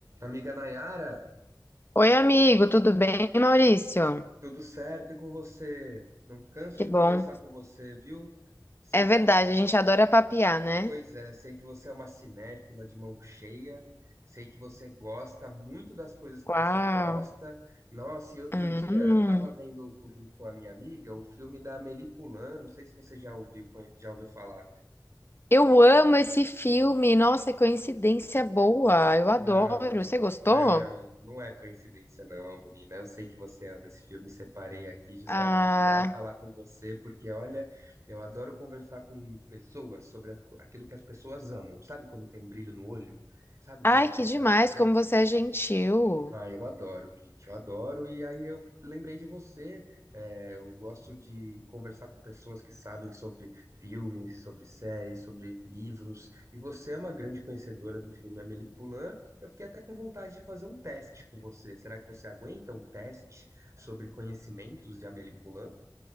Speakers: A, on the right (about 45°); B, on the left (about 30°).
A: Amiga Nayara,
B: Oi, amigo, tudo bem, Maurício?
A: tudo certo e com você? Não canso
B: Que
A: de
B: bom.
A: conversar com você, viu? Sei
B: É verdade,
A: que você,
B: a gente adora papiar, né?
A: pois é, sei que você é uma cinéfila de mão cheia, sei que você gosta muito das coisas que
B: Uau.
A: você gosta. Nossa, e outro
B: Hum.
A: dia eu estava vendo junto com a minha amiga o filme da Amélie Poulain, não sei se você já ouviu, já ouviu falar.
B: Eu amo esse filme. Nossa, coincidência boa. Eu adoro.
A: Não,
B: Você gostou?
A: não, não é coincidência, não, menina. Eu sei que você ama esse filme, separei aqui justamente
B: Ah,
A: para falar com você, porque olha, eu adoro conversar com pessoas sobre aquilo que as pessoas amam. Sabe quando tem um brilho no olho? Sabe
B: ai,
A: quando
B: que
A: tem aquela
B: demais,
A: coisa?
B: como você é gentil.
A: Ah, eu adoro, gente, eu adoro. E aí eu lembrei de você. É, eu gosto de conversar com pessoas que sabem sobre filmes, sobre séries, sobre livros. E você é uma grande conhecedora do filme Amélie Poulain. Eu fiquei até com vontade de fazer um teste com você. Será que você aguenta um teste sobre conhecimentos de Amélie Poulain?